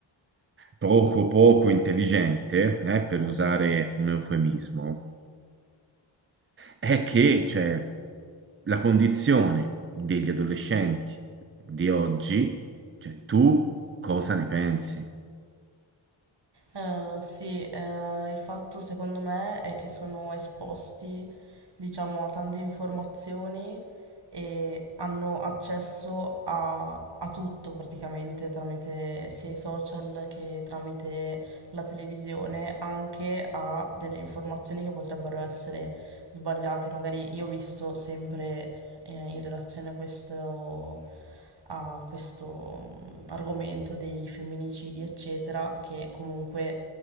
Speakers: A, on the right (about 30°); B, on the right (about 55°).
A: poco poco intelligente, eh, per usare un eufemismo, è che cioè, la condizione degli adolescenti di oggi, cioè tu cosa ne pensi?
B: Eh, sì, eh, il fatto secondo me è che sono esposti, diciamo, a tante informazioni e hanno accesso a, a tutto praticamente tramite sia i social che tramite la televisione, anche a delle informazioni che potrebbero essere sbagliate. Magari io ho visto sempre eh, in relazione a questo a questo mh, argomento dei femminicidi, eccetera, che comunque